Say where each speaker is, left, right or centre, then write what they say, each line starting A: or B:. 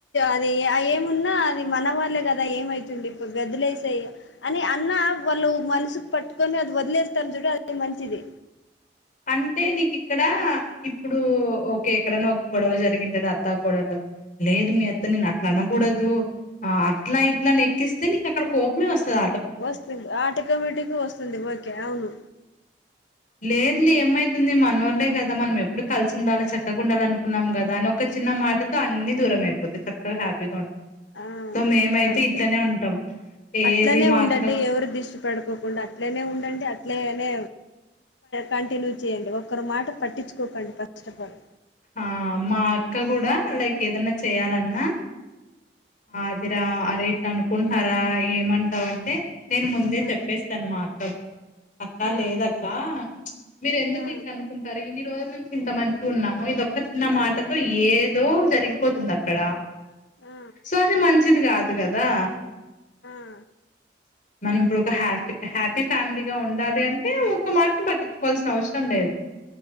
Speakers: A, on the left; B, on the left.
A: అది ఏమున్నా అది మన వాళ్ళే కదా ఏమైతుంది ఇప్పుడు వదిలేసాయి అన్. కానీ అన్న వాళ్ళు మనసుకు పట్టుకొని అది వదిలేస్తారు చుడు అది మంచిది
B: అంటే నీకు ఇక్కడ ఇప్పుడు ఒక ఎక్కడైనా ఒక గొడవ జరిగింటది అత్తా కోడళ్ళకు లేదు మీ అత్త నేను అట్లా అనకూడదు ఆ అట్లా ఇట్లా ఆని ఎక్కిస్తే నీకు అక్కడ కోపమే వస్తంది
A: వస్తుంది ఆట కమిటికి వస్తుంది ఓకే అవును
B: లేదులీ ఏమమైతుంది మనోళ్లే కదా మనం ఎప్పుడు కలిసి ఉండాలి చక్కగా ఉండాల అనుకున్నాం కదా అని ఒక చిన్న మాటతో అన్ని దూరం అయిపోతాయి చక్కగా హ్యాపీగా ఉంటాం
A: అను
B: సో మేమైతే
A: కరెక్ట్
B: ఇట్లనే ఉంటాం ఏది
A: అట్లనే
B: మా
A: ఉండండి
B: అక్క
A: ఎవరు దిసు పడుకోకుండా అట్లనే ఉండండి అట్లనే కంటిన్యూ చేయండి ఒకరు మాట పట్టించుకోకండి ఫస్ట్ ఆఫ్ ఆల్
B: ఆ మా అక్క కూడా లైక్ ఏదన్నా చేయాలన్నా అ అదిరా అరే ఇట్లా అనుకుంటున్నారా ఏమంటావు అంటే నేను ముందే
A: ఆ,
B: చెప్పేస్తా అనమాట మా అక్కకు అక్క
A: ఆ,
B: లేదక్క మీరు ఎందుకు
A: ఆ,
B: ఇట్లా అనుకుంటారు ఇన్ని రోజుల నుంచి ఇంత మంచి గా ఉన్నాము ఇది ఒక్క చిన్న మాటతో ఏదో జరిగిపోతుంది అక్కడ
A: ఆ
B: సో అది మంచిది కాదు కదా
A: ఆ
B: మనం ఇప్పుడు ఒక హ్యాపీ హ్యాపీ ఫ్యామిలీగా ఉండాలి అంటే ఒక మాట పట్టించుకోవాల్సిన అవసరం లేదు లేదు